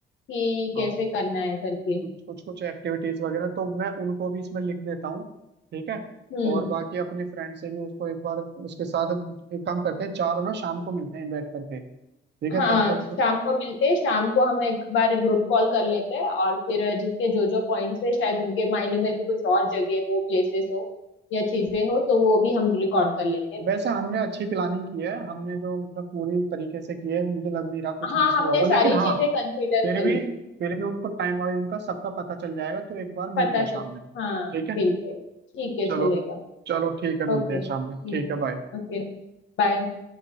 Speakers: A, on the left (about 75°); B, on the right (about 60°).
A: कि
B: हाँ
A: कैसे करना है करके
B: कुछ कुछ कुछ एक्टिविटीज वगैरह तो मैं उनको भी इसमें लिख देता हूँ ठीक है
A: हम्म
B: और बाकी अपने फ्रेंड से भी उसको एक बार उसके साथ एक काम करते हैं चारों ना शाम को मिलते हैं बैठ करके ठीक
A: हाँ
B: है तब तक
A: शाम को मिलते हैं शाम को हम एक बार ग्रुप कॉल कर लेते हैं और फिर जिसके जो जो पॉइंट्स है शायद उनके माइंड में भी कुछ और जगह हो प्लेसेस हो या चीजें हो तो वो भी हम रिकॉर्ड कर लेंगे
B: वैसे हमने अच्छी प्लानिंग की है हमने जो मतलब पूरी तरीके से की है मुझे लग नहीं रहा कुछ
A: हाँ
B: मिस
A: हमने
B: हुआ होगा
A: सारी
B: लेकिन हाँ
A: चीजें कंसिडर
B: फिर
A: करी
B: भी
A: है
B: फिर भी उनको टाइम और इनका सबका पता चल जाएगा तो एक बार मिलते
A: पता
B: हैं
A: चल
B: शाम में ठीक
A: हाँ
B: है
A: बिल्कुल ठीक है
B: चलो
A: चलेगा
B: चलो ठीक है मिलते
A: ओके
B: हैं
A: हम्म
B: शाम में ठीक है बाय
A: ओके बाय